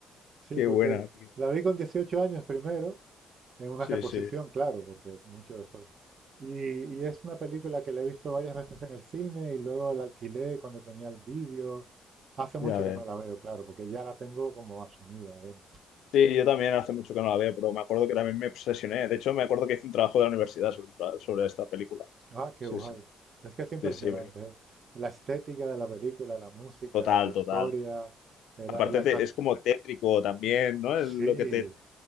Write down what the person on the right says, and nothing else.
Sí,
porque
la vi con 18 años primero, en una
reposición,
claro, porque mucho después. Y, y es una película que la he visto varias veces en el cine y luego la alquilé cuando tenía el vídeo. Hace mucho
que no la veo, claro, porque ya la tengo como asumida adentro.
Ah, qué
guay.
Es que es impresionante,
¿eh? La estética de la película, la música,
la historia,
eh,
la, la actuación.
Sí,